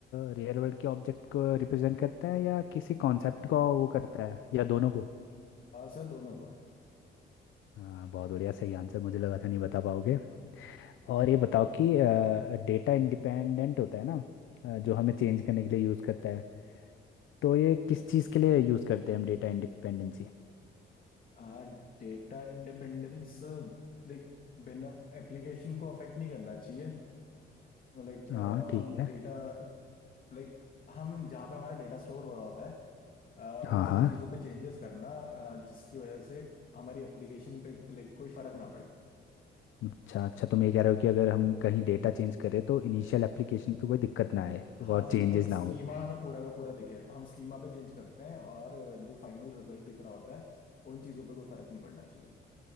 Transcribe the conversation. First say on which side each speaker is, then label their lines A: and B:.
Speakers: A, on the left; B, on the left.
A: रियल वर्ल्ड के ऑब्जेक्ट को रिप्रेजेंट करता है या किसी कॉन्सेप्ट को वो करता है या दोनों को
B: सर दोनों को
A: हाँ बहुत बढ़िया सही आंसर मुझे लगा था नहीं बता पाओगे और ये बताओ कि डेटा इंडिपेंडेंट होता है ना अ, जो हमें चेंज करने के लिए यूज़ करता है तो ये किस चीज़ के लिए यूज़ करते हैं हम डेटा इंडिपेंडेंसी
B: हाँ डेटा इंडिपेंडेंस लाइक बिना एप्लीकेशन को अफेक्ट नहीं करना चाहिए लाइक
A: हाँ ठीक
B: हम
A: है
B: डेटा लाइक हम जहाँ पे हमारा डेटा स्टोर हो रहा होता है अ,
A: हाँ
B: उन सारी
A: हाँ
B: चीज़ों पे चेंजेस करना अ, जिसकी वजह से हमारी एप्लीकेशन पे लाइक कोई फर्क ना पड़े
A: अच्छा अच्छा तुम ये कह रहे हो कि अगर हम कहीं डेटा चेंज करें तो इनिशियल एप्लीकेशन पे कोई दिक्कत ना आए
B: हाँ
A: और चेंजेस
B: सर मतलब स्कीमा
A: ना हो
B: हमें पूरा का पूरा दिखे हम स्कीमा पे चेंज करते हैं और जो फाइनल रिजल्ट दिख रहा होता है उन चीज़ों पे कोई फर्क नहीं पड़ना चाहिए